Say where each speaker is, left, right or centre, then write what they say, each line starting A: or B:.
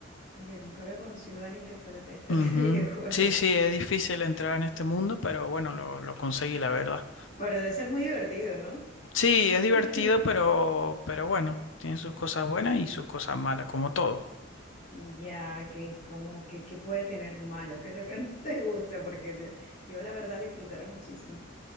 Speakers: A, on the left (about 45°); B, on the left (about 75°).
A: Oye, nunca había conocido a alguien que fuera tester
B: Ujú.
A: de <laughs> videojuegos,
B: Sí, sí, es difícil entrar en este mundo, pero bueno, lo, lo conseguí, la verdad.
A: pero debe ser muy divertido, ¿no?
B: Sí, es divertido,
A: <laughs>
B: pero, pero bueno, tiene sus cosas buenas y sus cosas malas, como todo.
A: Ya, que como que, que puede tener malo, qué es lo que <laughs> no te gusta, porque yo la verdad disfrutara muchísimo.